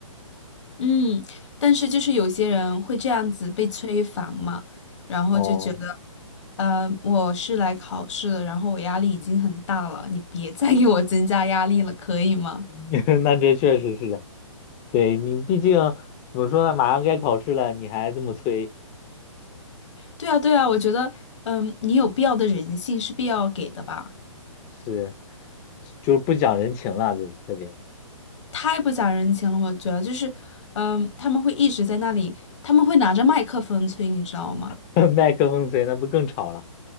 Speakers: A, on the left; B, on the left.
A: 嗯，但是就是有些人会这样子被催烦嘛，然后就觉得，
B: 哦，
A: 呃，我是来考试的，然后我压力已经很大了，你别再给我增加压力了，可以吗？
B: <laughs> 那这确实是的，对你毕竟怎么说呢，马上该考试了，你还这么催，
A: 对啊，对啊，我觉得，嗯，你有必要的人性是必要给的吧？
B: 是就是不讲人情了，就特别
A: 太不讲人情了，我觉得就是，嗯，他们会一直在那里，他们会拿着麦克风催，你知道吗？
B: <laughs> 麦克风催，那不更吵了？